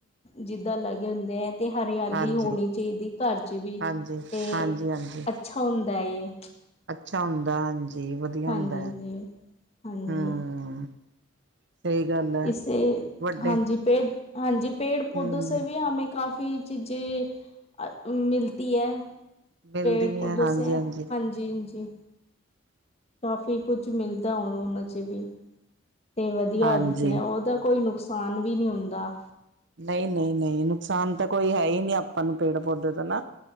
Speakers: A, on the left; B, on the right.
A: ਜਿੱਦਾਂ ਲਗੇ ਹੁੰਦੇ ਐ ਤੇ ਹਰਿਆਲੀ
B: ਹਾਂਜੀ,
A: ਹੋਣੀ ਚਾਈਦੀ ਘਰ 'ਚ ਵੀ
B: ਹਾਂਜੀ,
A: ਤੇ
B: ਹਾਂਜੀ, ਹਾਂਜੀ।
A: ਅੱਛਾ ਹੁੰਦਾ ਏ।
B: ਅੱਛਾ ਹੁੰਦਾ, ਹਾਂਜੀ ਵਧੀਆ
A: ਹਾਂਜੀ
B: ਹੁੰਦਾ
A: ਹਾਂਜੀ
B: ਐ,
A: ਹਾਂਜੀ
B: ਹੁੰ। ਸਈ ਗੱਲ।
A: ਇਸੇ
B: ਵੱਡੇ
A: ਹਾਂਜੀ ਪੇੜ, ਹਾਂਜੀ ਪੇੜ-ਪੌਦੋ
B: ਹਮ
A: ਸੇ ਵੀ ਹਮੇ ਕਾਫ਼ੀ ਚੀਜੇ਼ ਅ, ਮਿਲਤੀ ਐ।
B: ਮਿਲਦੀ
A: ਪੇੜ-ਪੌਦੋ
B: ਹੈ ਹਾਂਜੀ,
A: ਸੇ
B: ਹਾਂਜੀ,
A: ਹਾਂਜੀ-ਇੰਜੀ। ਕਾਫ਼ੀ ਕੁੱਛ ਮਿਲਦਾ ਹੁਣ ਓਨਾਂ 'ਚ ਵੀ ਤੇ ਵਧੀਆ
B: ਹਾਂਜੀ।
A: ਓਦਾ ਕੋਈ ਨੁਕਸ ਖਾਨ ਵੀ ਨੀ ਹੁੰਦਾ।
B: ਨਈ -ਨਈ -ਨਈ ਨੁਕਸਾਨ ਤਾ ਕੋਈ ਹੈ ਈ ਨੀ ਆਪਾਂ ਨੂੰ ਪੇੜ-ਪੌਦੇ ਤੋ ਨਾ।